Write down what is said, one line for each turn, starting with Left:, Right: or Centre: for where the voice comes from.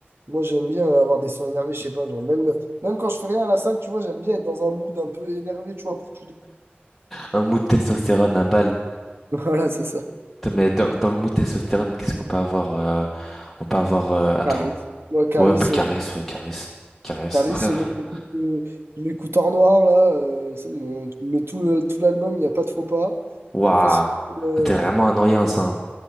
Right: moi j'aime bien avoir des sons énervés, je sais pas, genre même, même quand je fais rien à la salle, tu vois, j'aime bien être dans un mood un peu énervé, tu vois, pour tout. <laughs>
Centre: Un mou de testostérone à balle.
Right: Voilà, c'est ça.
Centre: Putain, Mais dans, dans le mou de testostérone, qu'est-ce qu'on peut avoir, euh, on peut avoir, euh, attends.
Right: Caris. Ouais, Caris,
Centre: Ouais, bah, Caresse, ouais, Caresse, Caresse.
Right: Caris,
Centre: Après, pff,
Right: moi je m'écoute euh, je m'écoute Art Noir là, euh, c'est mon- tu mets tout le- tout l'album, il n'y a pas de faux pas.
Centre: waouh,
Right: Après, si. euh,
Centre: t'es vraiment un annoyance, hein.